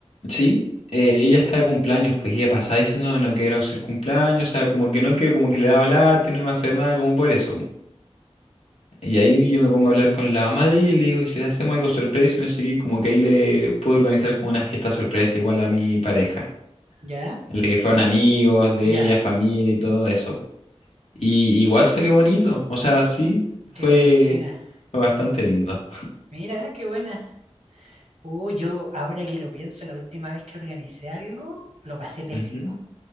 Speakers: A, on the left; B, on the right.
A: Sí, eh, ella está de cumpleaños, pues y ella pasaba diciendo no quiero hacer cumpleaños, o sea, como que no quiero, como que le daba lata, y no iba a hacer nada, como por eso. Y ahí yo me pongo a hablar con la mamá de ella y le digo, ¿y si le hacemos algo sorpresa? Y no sé qué, como que ahí le pude organizar como una fiesta sorpresa igual a mi pareja,
B: Ya.
A: en la que fueron amigos de
B: Ya.
A: ella, familia y todo eso. po. Y igual salió bonito, o sea, sí, fue,
B: Qué buena.
A: fue bastante lindo.
B: Mira, qué buena. Uh, yo ahora que lo pienso, la última vez que organicé algo, lo pasé pésimo.
A: Ujú.